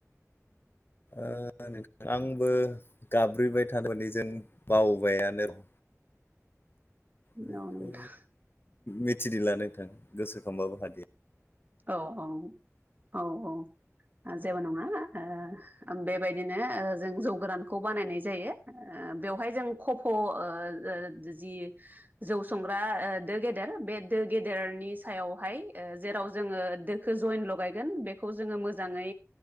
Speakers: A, on the left (about 40°); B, on the right (about 35°).
A: ओ- न आंबो गाब्रैबाय थार माने जों बावबायानो र'
B: औ
A: बेखौ
B: नोंथां
A: मिथिदिला नोंथां गोसोखांबाबो हादि
B: औ- औ औ- औ जेबो नङा ओ- बेबायदिनो ओ- जों जौ गोरानखौ बानायनाय जायो ओ- ओ- बेवहाय जों खफ' ओ- ओ- जि जौ संग्रा ओ- दो गेदेर बे दो गेदेरनि सायावहाय ओ- जेराव जोङो दोखौ जयेन लगायगोनबेखौ जोङो मोजाङै